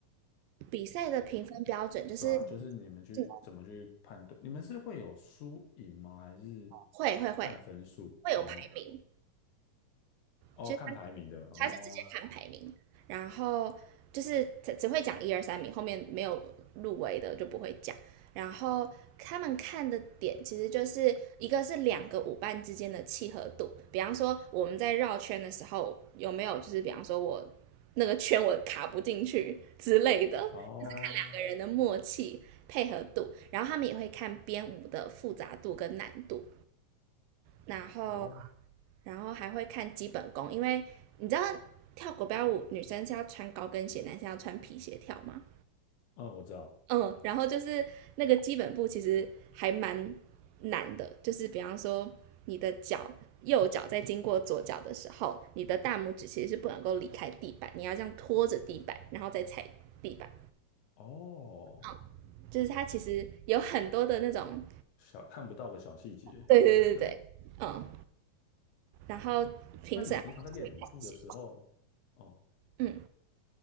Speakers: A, on the right; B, on the left.
A: 比赛的评分标准就是，
B: 对啊，就是你们去怎么去判断？
A: 嗯，
B: 你们是会有输赢吗？还是
A: 会会会
B: 看分数？
A: 会有排名，
B: 哦哦，
A: 就是他是
B: 看排名的哦
A: 他是直接看排名，然后就是只只会讲一二三名，后面没有入围的就不会讲。然后他们看的点其实就是一个是两个舞伴之间的契合度，比方说我们在绕圈的时候有没有就是比方说我那个圈我卡不进去之类的，两个人的默契配合度，
B: 哦
A: 然后他们也会看编舞的复杂度跟难度，然后
B: 哦，
A: 然后还会看基本功，因为你知道跳国标舞女生是要穿高跟鞋，男生要穿皮鞋跳吗？
B: 嗯，我知道
A: 嗯，然后就是那个基本步其实还蛮难的，就是比方说你的脚右脚在经过左脚的时候，你的大拇指其实是不能够离开地板，你要这样拖着地板，然后再踩地板。
B: 哦，
A: 嗯，就是它其实有很多的那种，
B: 小看不到的小细节，
A: 对对对对，
B: 是吗？
A: 嗯，然后评审还们就是会看这些，
B: 那你们平常在练舞步的时候，哦，
A: 嗯，